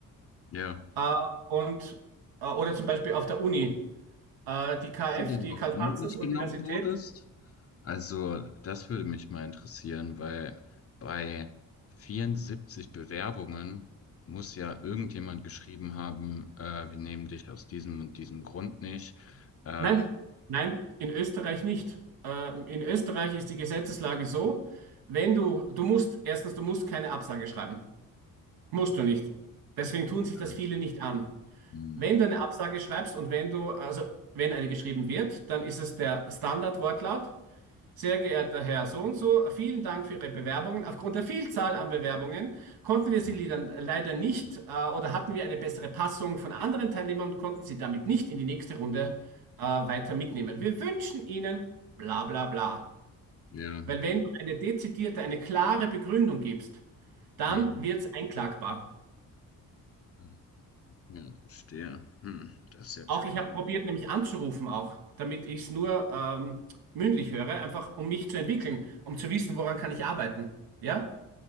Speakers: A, on the left; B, on the right.
A: Ja.
B: Äh, und, äh, oder zum Beispiel auf der Uni. Äh, die
A: Weißt
B: KF,
A: du denn,
B: die
A: warum
B: Karl-Franzens-Universität.
A: du nicht genommen wurdest? Also, das würde mich mal interessieren, weil bei 74 Bewerbungen muss ja irgendjemand geschrieben haben, äh, wir nehmen dich aus diesem und diesem Grund nicht. Ähm,
B: Nein, nein, in Österreich nicht. Äh, in Österreich ist die Gesetzeslage so, wenn du, du musst, erstens, du musst keine Absage schreiben. Musst du nicht. Deswegen tun sich
A: äh,
B: das viele nicht an.
A: hm,
B: Wenn du eine Absage schreibst und wenn du, also wenn eine geschrieben wird, dann ist es der Standardwortlaut. Sehr geehrter Herr So und so, vielen Dank für Ihre Bewerbungen. Aufgrund der Vielzahl an Bewerbungen konnten
A: hm,
B: wir Sie dann leider nicht
A: hm,
B: äh, oder hatten wir eine bessere Passung von anderen Teilnehmern und konnten Sie damit nicht in die nächste Runde äh, weiter mitnehmen. Wir wünschen Ihnen bla bla bla.
A: ja,
B: Weil wenn du eine dezidierte, eine klare Begründung gibst, dann
A: hm,
B: wird es einklagbar.
A: ja, ja, verstehe. Hm, das ist ja tricky.
B: Auch ich habe probiert, nämlich anzurufen auch, damit ich es nur ähm, mündlich höre, einfach um mich zu entwickeln, um zu wissen, woran kann ich arbeiten. Ja?